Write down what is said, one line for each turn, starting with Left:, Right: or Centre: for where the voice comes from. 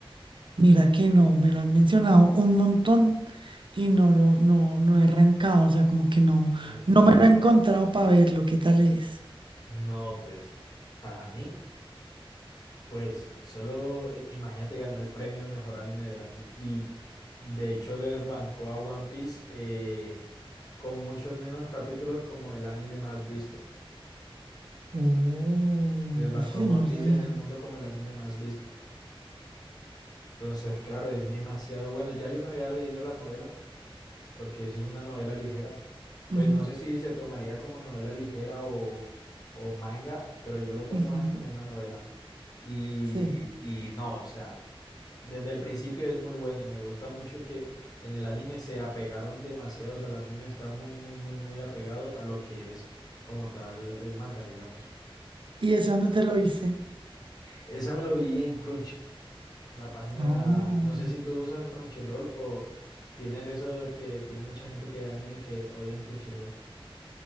Right: mira que no, me lo han mencionado un montón y no lo, no, no he arrancado, o sea, como que no,
Left: ¿Qué?
Right: no me lo he encontrado para verlo, qué tal es.
Left: No, pues, para mí, pues, solo eh, imagínate ganó el premio al mejor anime del año y de hecho desbancó a One Piece eh, con muchos menos capítulos como el anime más visto.
Right: Oh,
Left: desbancó
Right: eso sí,
Left: a One
Right: no lo
Left: Piece
Right: sabía.
Left: en el mundo como el anime más visto. Entonces, claro, es demasiado bueno. Ya yo me había leído la novela, porque eso es una novela ligera. Pues
Right: Ujú,
Left: no sé si se tomaría como novela ligera o, o manga, pero yo lo tomo
Right: ujú,
Left: más como una novela. Y,
Right: Sí.
Left: y no, o sea, desde el principio es muy bueno y me gusta mucho que en el anime se apegaron demasiado, o sea, el anime está muy, muy, muy, muy apegado a lo que es como tal el manga, digamos.
Right: ¿Y ese dónde te lo hice?
Left: Esa me lo vi en Crunchy. la página,
Right: Oh.
Left: no sé si tú usas Crunchyroll o tienes eso que tiene mucha gente que ve anime que odian Crunchyroll.